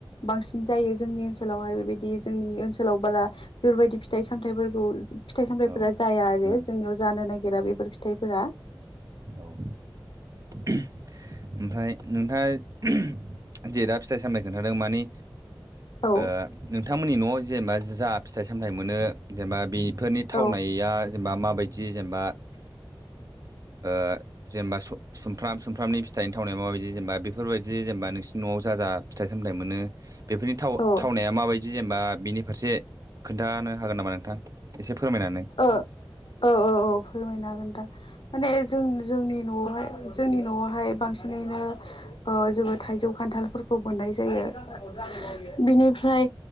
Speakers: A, on the left; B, on the right.
A: बांसिन जायो जोंनि ओनसोलावहाय बेबायदि जोंनि ओनसोलाव बाला बेफोरबायदि फिथा थाइ सामथायफोरखौ फिथाइ सामथायफोरा
B: औ
A: जाया आरो
B: उम
A: जोंनियाव जानो नागिरा बेफोर फिथाइफोरा
B: औ उहुम। ओमफाय नोंथाङा उहुम जे दा फिथाइ सामथाइ खोन्थादों मानि
A: औ
B: ओ नोंथांमोननि न'आव जेनबा जा फिथाइ सामथाइ मोनो जेनबा बि फोरनि थावनाया
A: औ
B: जेनबा माबायदि जेनबा ओ जेनबा सु सुमफ्राम सुमफ्रामनि फिथाइनि थावनायाव माबायदि जेनबा बेफोरबायदि जेनबा नोंसिनि न'आव जा जा फिथाइ सामथाइ मोनो बेफोरनि थाव
A: ओ
B: थावनाया माबायदि जेनबा बेनि फारसे खोन्थानो हागोन नामा नोंथां? एसे फोरमायनानै
A: ओ औ औ फोरमायनो हागोन नोंथां। माने जों जोंनि न'आवहाय जोंनि न'आवहाय बांसिनैनो ओ जोङो थाइजौ खान खान्थालफोरखौ मोननाय जायो। <unintelligible>
B: औ
A: बिनिफ्राय